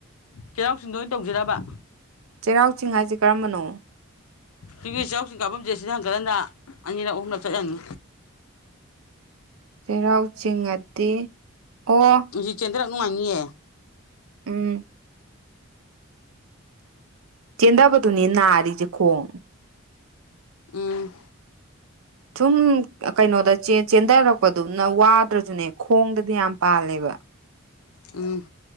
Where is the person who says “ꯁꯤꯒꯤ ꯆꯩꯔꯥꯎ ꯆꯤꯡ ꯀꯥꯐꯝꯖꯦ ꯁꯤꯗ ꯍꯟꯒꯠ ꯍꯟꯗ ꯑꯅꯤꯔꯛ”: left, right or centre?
Left